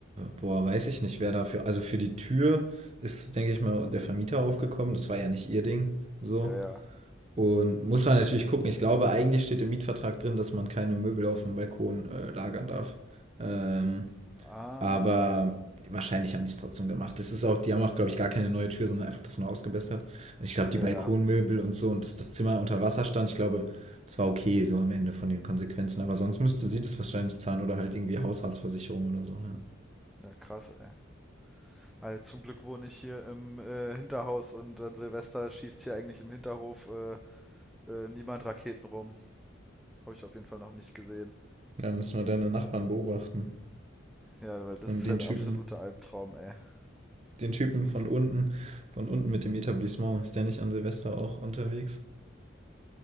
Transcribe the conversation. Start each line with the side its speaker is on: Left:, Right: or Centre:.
Right: boah, weiß ich nicht, wer dafür. Also für die Tür ist, denke ich mal, der Vermieter aufgekommen. Das war ja nicht ihr Ding. So.
Centre: Ja, ja,
Right: Und muss man natürlich gucken. Ich glaube, eigentlich steht im Mietvertrag drin, dass man keine Möbel auf dem Balkon äh, lagern darf. Ähm,
Centre: ah,
Right: Aber wahrscheinlich haben die es trotzdem gemacht. Das ist auch, die haben auch, glaube ich, gar keine neue Tür, sondern einfach das nur ausgebessert. Und ich glaube, die
Centre: ja,
Right: Balkonmöbel
Centre: ja,
Right: und so und dass das Zimmer unter Wasser stand, ich glaube, das war okay, so am Ende von den Konsequenzen. Aber sonst müsste sie das wahrscheinlich zahlen oder halt irgendwie Haushaltsversicherung oder so. Ja.
Centre: ja, krass, ey. Also zum Glück wohne ich hier im äh, Hinterhaus und an Silvester schießt hier eigentlich im Hinterhof äh, äh, niemand Raketen rum. Habe ich auf jeden Fall noch nicht gesehen.
Right: Da müssen wir deine Nachbarn beobachten.
Centre: Ja, weil das
Right: Und
Centre: ist
Right: den
Centre: ja der
Right: Typen,
Centre: absolute Albtraum, ey.
Right: den Typen
Centre: Wirklich.
Right: von unten, von unten mit dem Etablissement. Ist der nicht an Silvester auch unterwegs?